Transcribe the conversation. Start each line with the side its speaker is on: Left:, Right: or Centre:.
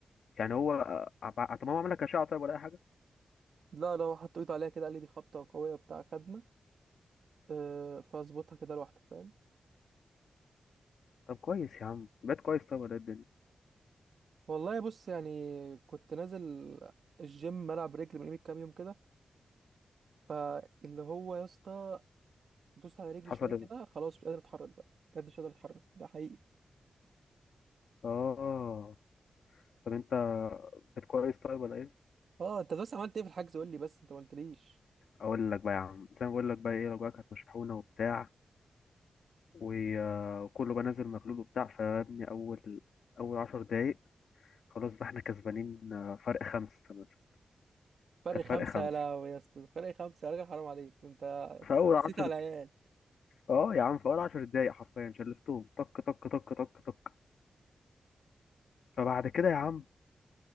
Left: يعني هو آه، آه، آه، طب هو عمل لك اشعه طيب ولا اي حاجه
Right: لا لو حط ايده عليها كده قال لي دي خبطة قوية بتاع خدمة أه فاظبطها كده لوحدك فاهم
Left: طب كويس يا عم بقيت كويس طيب ولا إيه الدنيا
Right: والله بص يعني كنت نازل الجيم العب رجل من قيمة كام يوم كده فاللي هو يا اسطى دوست على رجلي
Left: حصل
Right: شوية كده
Left: ايه
Right: خلاص مش قادر اتحرك بقى بجد مش قادر اتحرك ده حقيقي
Left: اه طب انت كانت كويس طيب ولا ايه
Right: اه انت بس عملت ايه في الحجز قول لي بس انت ما قلتليش
Left: اقول لك بقى يا عم زي ما بقول لك بقى ايه الأوجاع كانت مشحونه وبتاع و- وكله بقى نازل مغلول وبتاع فيا ابني اول اول 10 دقايق خلاص بقى احنا كسبانين آه، فرق خمسه مثلا
Right: فرق
Left: كانت
Right: خمسة
Left: فرق خمسه
Right: يا لهوي يا اسطى فرق خمسة يا راجل حرام عليك انت
Left: في اول 10
Right: نسيت على العيال
Left: اه يا عم في اول 10 دقايق حرفيا شلفتهم طك طك طك طك طك فبعد كده يا عم